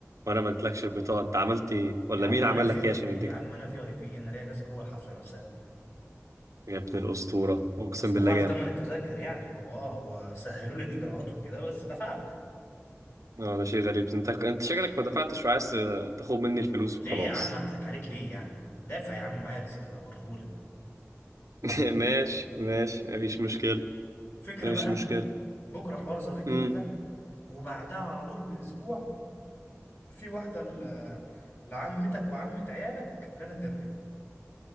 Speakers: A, on the right (about 85°); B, on the left (about 50°).
A: وانا ما اديتلكش البطاقة انت عملت ايه ولا
B: يا عم
A: مين
B: انا
A: عمل
B: في
A: لك ايه
B: اي
A: عشان
B: بي
A: يديك
B: يا عم انا في اي بي انا ليا ناس جوه الحفله نفسها
A: يا ابن الاسطورة اقسم
B: بس دفعت
A: بالله جامد
B: ثمن التذاكر يعني هو اه هو سهلوا لي الاجراءات وكده بس دفعت
A: اه ده شيء غريب انت انت شكلك ما دفعتش وعايز تاخد مني الفلوس
B: ليه
A: وخلاص
B: يا عم هضحك عليك ليه يعني دافع يا عم معايا ريسيت هبقى اوريهولك
A: <laughs> ماشي ماشي مفيش مشكلة
B: فكره
A: مفيش
B: بقى
A: مشكلة
B: بكره حوار ذا ويكند
A: امم
B: ده وبعدها على طول باسبوع في واحده ل- لعمتك وعمه عيالك لنا دري